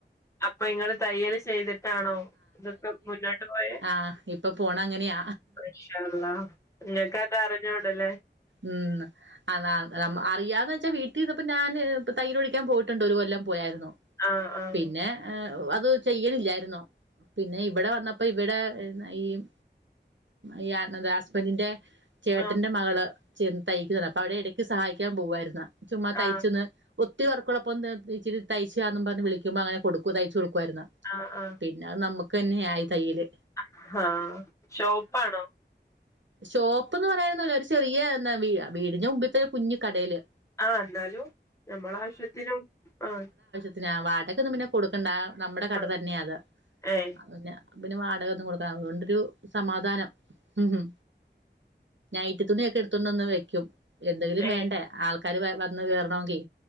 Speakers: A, on the left; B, on the right.
A: അപ്പൊ ഇങ്ങള് തയ്യല് ചെയ്തിട്ടാണോ ഇതൊക്കെ മുന്നോട്ട് പോയെ?
B: ആഹ് ഇപ്പം പോണം അങ്ങനെയ
A: ഇന്ഷാ അള്ളാ നിനക്ക് അത് അറിഞ്ഞുടാല്ലേ
B: ഉം അതാ അറിയാതെ- എന്നുവച്ചാ വീട്ടിൽ നിന്നപ്പോ ഞാന് തൈയ്യല് പഠിക്കാൻ പോയിട്ടുണ്ട് ഒരു കൊല്ലം പോയാരുന്നു
A: ആഹ് ആഹ്
B: പിന്നെ- അത് ചെയ്യണില്ലായിന്നോ പിന്നെ ഇവിടെ വന്നപ്പോ ഇവിടെ ഈ- ഈ ഹസ്ബന്ഡിന്റെ ചേട്ടന്റെ
A: ആഹ്
B: മകള് ച തയ്ക്കുന്നണ്ട് അപ്പൊ അവിടെ ഇടയ്ക്ക് സഹായിക്കാൻ പോവുയിരുന്ന ചുമ്മാ തയ്ച്ചന്ന്-
A: ആഹ്
B: ഒത്തിരി വർക്കുള്ളപ്പം ഒന്ന് ഇച്ചിരി തയ്ച്ചുതാന്ന് പറഞ് വിളിക്കും വിളിക്കുമ്പോ അങ്ങനെ കൊടുക്കും തയ്ച്ചു കൊടുക്കുമായിരുന്നു
A: ആഹ് ആഹ്
B: പിന്നെ അത് നമുക്ക് തന്നെയ ആയി തൈയ്യല്
A: ആഹ് ഷോപ്പാണോ
B: ഷോപ്പ്ന്ന് പറഎന്നൊന്നുമില്ല ഒരു ചെറിയ എന്താ വീടാ വീടിന്റെ മുമ്പിൽത്തന്നെ കുഞ്ഞു കടയില്-
A: ആഹ് എന്നാലും നമ്മളെ ആവശ്യത്തിനും ആഹ്
B: പിന്നെ വാടകൊന്നും പിന്നെ കൊടുക്കണ്ട നമ്മുടെ കട
A: ആഹ്
B: തന്നെയ അത്
A: ഏഹ്
B: പിന്നെ- അപ്പൊ പിന്നെ വാടകൊന്നും കൊടുക്കാ അതൊണ്ടരു സമാധാനം ഉം നെറ്റി തുണിയൊക്കെ എടുത്തോണ്ട് വന്ന് വെക്കും എന്തെങ്കിലും
A: ഏഹ്
B: വേണ്ടേ ആൾ- ക്കാര് വരണ്ന്ന് കേയറണമെങ്കിൽ